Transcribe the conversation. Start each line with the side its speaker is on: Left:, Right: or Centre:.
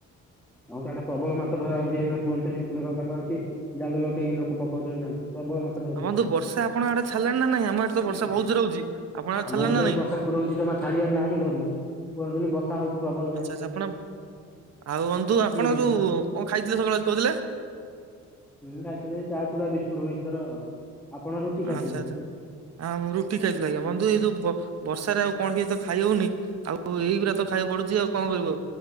Centre: ହଁ ସାଢେ ପ୍ରବଳ ମାଛ ଧରା ହଉଛି ଏଇନେ କୁଇଁଟେଲ ମେଘ ପାଗ ଅଛି ଜାଲ ଲଖେଇକି ଲୋକ ପକଉଚନ୍ତି ଜାଲ। ପ୍ରବଳ ମାଛ ଧରୁଚନ୍ତି।
Right: ଆଉ ବନ୍ଧୁ ବର୍ଷା ଆପଣଙ୍କ ଆଡେ ଛାଡିଲାଣି ନା ନାଇଁ ଆମ ଏଠି ତ ବର୍ଷା ବହୁତ ଜୋରେ ହଉଛି ଆପଣଙ୍କ
Centre: ଆମ
Right: ଛାଡିଲାଣି
Centre: ଆଡେ
Right: ନା
Centre: ତ
Right: ନାଇଁ?
Centre: ଏଇ ବର୍ଷା କୁରୋହୁଚି ଜମା ଛାଡିବାର ନା ହିଁ ଧରୁନି। କୁହନ୍ତୁନି ବର୍ଷା ହଉଚି ପ୍ରବଳ
Right: ଆଚ୍ଛା
Centre: ଯୋରେ।
Right: ଆଚ୍ଛା ଆପଣ ଆଉ ବନ୍ଧୁ ଆପଣ
Centre: ରହିଛି।
Right: ଯୋଉ କଣ ଖାଇଥିଲେ ସକାଳେ ଆ କହୁଥିଲେ?
Centre: ମୁଁ ଖାଇଥିଲି ଚା ଚୁଡା ବିସ୍ ସ୍କୁଟ ମିକ୍ସଚର। ଆଉ ଆପଣ ରୁଟି ଖାଇଥିଲେ?
Right: ଆଚ୍ଛା ଆଚଛା ଆ ରୁଟି ଖାଇଥିଲି ଆଜ୍ଞା ବନ୍ଧୁ ଏଇ ଯୋଉ ବର୍ଷାରେ ଆଉ କଣ କିଛି ତ ଖାଇ ହଉନି ଆଉ ଏଇଗୁଡା ତ ଖାଇବା ପଡୁଚି ଆଉ କଣ କରିବୁ ଆଉ।